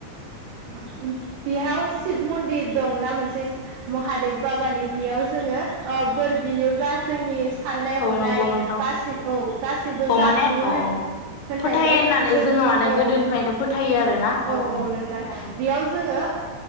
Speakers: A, on the right (about 80°); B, on the left (about 80°).
A: बेयाव शिब मन्दिर दंना मोनसे महादेब बाबानि बेयाव जोङो बोर बियोब्ला जोंनि साननाय
B: औ
A: हनाय
B: नंगौ नोंथां
A: गासै औ गासैबो
B: औ
A: जाफुङो
B: माने अ
A: होन
B: अ
A: होननायलाय
B: फोथायो होननानै
A: जोङो
B: माने
A: औ
B: गोदोनिफ्रायनो फोथायो आरोना
A: औ औ नोंथां
B: औ नंगौ
A: बेयाव जोङो